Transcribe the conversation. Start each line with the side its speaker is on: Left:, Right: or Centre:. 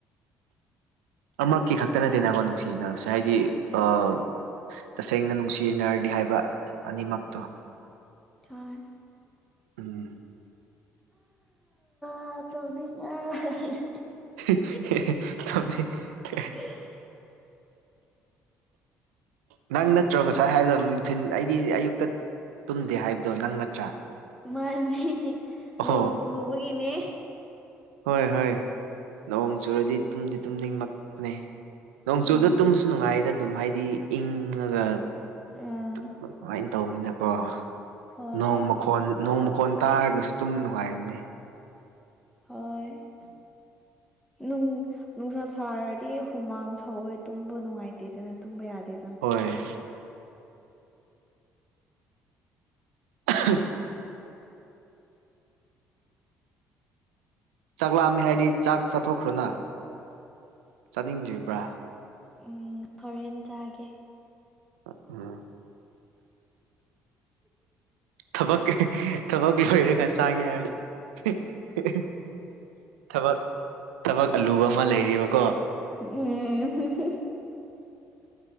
Right: ꯑꯃꯨꯔꯛꯀꯤ ꯈꯛꯇ ꯅꯠꯇꯦ ꯅꯀꯣ ꯅꯨꯡꯁꯤꯅꯕꯁꯦ ꯍꯥꯏꯗꯤ ꯑꯥ ꯇꯁꯦꯡꯅ ꯅꯨꯡꯁꯤꯅꯔꯗꯤ ꯍꯥꯏꯕ ꯑꯅꯤꯃꯛꯇꯣ
Centre: ꯍꯣꯏ
Right: ꯎꯝ
Centre: <unintelligible>
Right: <unintelligible> ꯇꯨꯝꯅꯤꯡꯉꯦ
Centre: <inaudible>
Right: ꯅꯪ ꯅꯠꯇ꯭ꯔꯣ ꯉꯁꯥꯏ ꯍꯥꯏꯕꯗꯣ ꯅꯨꯡꯊꯤꯟ ꯑꯩꯗꯤ ꯑꯌꯨꯛꯇ ꯇꯨꯝꯗꯦ ꯍꯥꯏꯕꯗꯣ ꯅꯪ ꯅꯠꯇ꯭ꯔꯥ
Centre: ꯃꯥꯅꯦ
Right: ꯑꯣꯍꯣ
Centre: ꯅꯣꯡ ꯆꯨꯕꯒꯤꯅꯦ
Right: ꯍꯣꯏ ꯍꯣꯏ ꯅꯣꯡ ꯆꯨꯔꯗꯤ ꯇꯨꯝꯗꯤ ꯇꯨꯝꯅꯤꯡꯃꯛꯄꯅꯦ ꯅꯣꯡꯆꯨꯕꯗꯣ
Centre: ꯎꯝ
Right: ꯇꯨꯝꯕꯁꯨ ꯅꯨꯡꯉꯥꯏꯗ ꯑꯗꯨꯝ ꯍꯥꯏꯗꯤ ꯏꯪꯉꯒ
Centre: ꯑꯥ
Right: ꯇꯨꯝꯕ ꯅꯨꯉꯥꯏ ꯇꯧꯕꯅꯤꯅꯀꯣ
Centre: ꯍꯣꯏ
Right: ꯅꯣꯡꯃ ꯈꯣꯟ ꯅꯣꯡ ꯃꯈꯣꯟ ꯇꯥꯔꯒꯁꯨ ꯇꯨꯝꯕ ꯅꯨꯡꯉꯥꯏꯕꯅꯦ
Centre: ꯍꯣꯏ ꯅꯨꯡ ꯅꯨꯡꯁꯥ ꯁꯥꯔꯗꯤ ꯍꯨꯃꯥꯡ ꯁꯧꯋꯦ ꯇꯨꯝꯕ ꯅꯨꯡꯉꯥꯏꯇꯦꯗꯅ ꯇꯨꯝꯕ ꯌꯥꯗꯦ
Right: ꯍꯣꯏ <unintelligible> ꯆꯥꯛꯂꯥꯝꯃꯦ ꯍꯥꯏꯗꯤ ꯆꯥꯛ ꯆꯥꯊꯣꯛꯈ꯭ꯔꯣꯅ ꯆꯥꯅꯤꯡꯗ꯭ꯔꯤꯕ꯭ꯔꯥ
Centre: ꯎꯝ ꯍꯣꯔꯦꯟ ꯆꯥꯒꯦ
Right: <unintelligible> ꯊꯕꯛ ꯊꯕꯛ ꯂꯣꯏꯔꯒ ꯆꯥꯒꯦ ꯍꯥꯏꯔꯗꯤ ꯊꯕꯛ ꯊꯕꯛ ꯑꯂꯨꯕ ꯑꯃ ꯂꯩꯔꯤꯕꯀꯣ
Centre: <unintelligible>